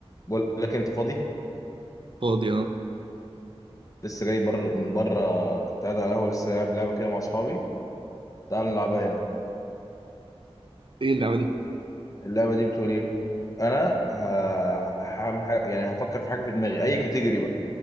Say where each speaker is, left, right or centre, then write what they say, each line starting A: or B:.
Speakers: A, on the left (about 35°); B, on the right (about 55°).
A: بقول لك انت فاضي
B: فاضي اه
A: لسه جاي بره من بره كنت قاعد على القهوه لسه لاعب لعبه كده مع اصحابي تعال نلعبها هنا
B: ايه اللعبه دي
A: اللعبه دي بتقول ايه انا ه- هعمل حاجه يعني هفكر في حاجه في دماغي اي كاتيجوري بقى